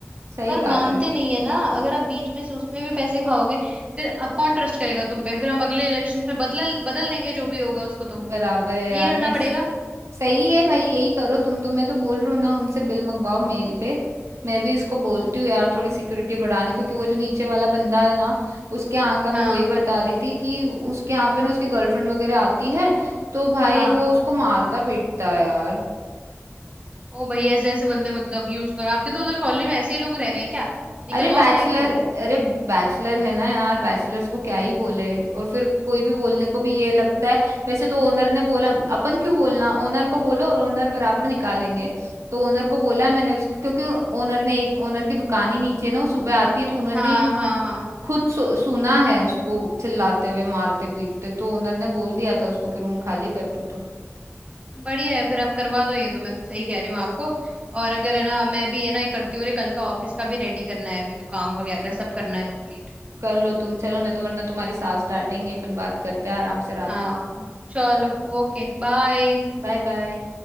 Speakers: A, on the right; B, on the right.
A: सही
B: पर
A: बात
B: मानते
A: है
B: नहीं है ना अगर आप बीच में से उसमें भी पैसे खाओगे फिर अब कौन ट्रस्ट करेगा तुम पे फिर हम अगले इलेक्शंस में बदल बदल देंगे जो भी होगा उसको तो
A: बराबर है यार
B: यही करना
A: नहीं
B: पड़ेगा
A: सही है भाई यही करो तुम तो मैं तो बोल रही हूँ ना उनसे बिल मंगवाओ मेल पे मैं भी इसको बोलती हूँ यार थोड़ी सिक्योरिटी बढ़ाने क्योंकि वो जो नीचे वाला बंदा है ना उसके यहाँ का मैं
B: हाँ
A: वही बता रही थी कि उसके यहाँ पे ना उसकी गर्लफ्रेंड वगैरह आती है तो भाई
B: हाँ
A: वो उसको मारता पीटता है यार
B: ओ भाई ऐसे ऐसे बंदे मतलब यूज करो आपके तो उधर कॉलोनी में ऐसे ही लोग रह रहे हैं क्या निकलवाओ
A: अरे बैचलर
B: ना इनको
A: अरे बैचलर है ना यार बैचलर्स को क्या ही बोले और फिर कोई भी बोलने को भी ये लगता है वैसे तो ओनर ने बोला अपन क्यों बोलना ओनर को बोलो और ओनर बराबर
B: हम्म
A: निकालेंगे तो ओनर को बोला मैंने उसको क्योंकि ओनर ने एक ओनर की दुकान ही नीचे है ना वो सुबह आती है तो उन्होंने
B: हाँ
A: ही
B: हाँ हाँ
A: खुद सु, सुना है उसको चिल्लाते हुए मारते पीटते तो ओनर ने बोल दिया था उसको कि रूम खाली कर तू तो
B: बढ़िया है फिर आप करवा दो ये तो मैं तो सही कह रही हूँ आपको और अगर है ना मैं भी है ना ये करती हूँ अरे कल का ऑफिस का भी रेडी करना है अभी तो काम वगैरह सब करना है कंप्लीट
A: कर लो तुम चलो नहीं तो वरना तुम्हारी सास डांटेंगी अपन बात करते हैं आराम से रात
B: हाँ
A: में
B: चलो Okay bye
A: Bye bye